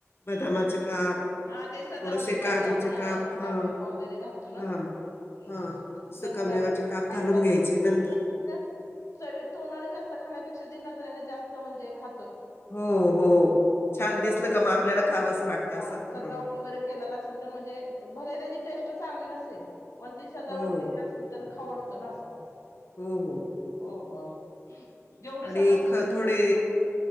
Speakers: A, on the left (about 50°); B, on the left (about 85°).
A: बदामाचे काप
B: हा ते सजावटीसाठी
A: थोडेसे काजूचे
B: आपण आ
A: काप
B: सुका
A: हा
B: मेवा वगैरे घालतो ना
A: हा
B: <unintelligible>
A: हा सुकामेवाचे काप घालून घ्यायचे नंतर
B: चवी तोंडाने जास्त खाण्यापेक्षा जे नजरेने जास्त म्हणजे खा
A: हो हो, छान दिसल
B: वाटतो.
A: का म आपल्याला खावंस वाटतं
B: हा
A: असं. हं.
B: सजावट वगैरे केलेला असेल तर म्हणजे भले त्याची टेस्ट चांगली नसेल पण ती सजावट
A: हो
B: केली असेल तर खावट तो नासा
A: हो हो.
B: हो <unintelligible>
A: आडी
B: सजावट
A: ख
B: केली-
A: थोडे